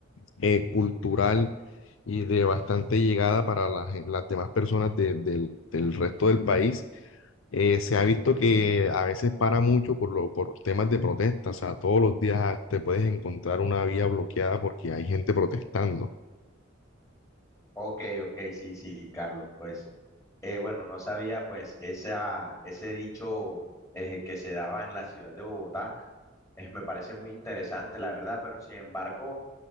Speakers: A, on the left; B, on the left.
A: eh, cultural, y de bastante llegada para las, las demás personas de- del del resto del país eh, se ha visto que a veces para mucho por, lo, por temas de protesta, o sea, todos los días te puedes encontrar una vía bloqueada porque hay gente protestando.
B: Ok, ok, sí, sí, Carlos, pues, eh, bueno, no sabía, pues, esa, ese dicho eh, que se daba en la ciudad de Bogotá, eh, me parece muy interesante, la verdad, pero sin embargo,